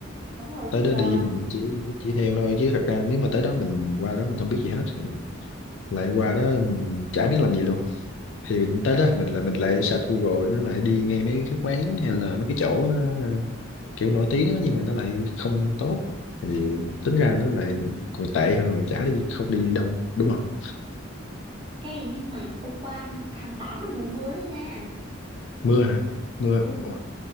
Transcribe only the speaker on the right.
đúng rồi
chứ
sao
ê nhưng mà hôm qua tháng 8 là mùa mưa đó nha
ừ